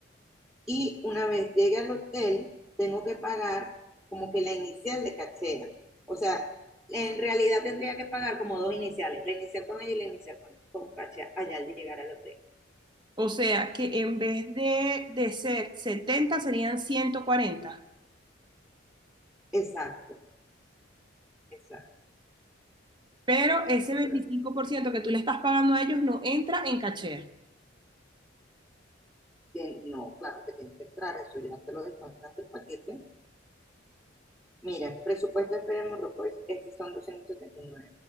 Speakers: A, in the centre; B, on the right.
A: y una vez llegue al hotel, tengo que pagar como que la inicial de cachera. O sea, en realidad tendría que pagar como dos iniciales, la inicial con ella y la inicial con, con cachera allá al llegar al hotel.
B: O sea, que en vez de, de ser 70 serían 140.
A: Exacto, exacto.
B: pero ese
A: Eso
B: 25%
A: fue lo
B: que tú le estás pagando a ellos no entra en cachea.
A: que- No, claro, te tienes que entrar, eso ya te lo descuentan del paquete. Mira, presupuesto de esperemos, Morrocoy, estos son doscientos setenta y nueve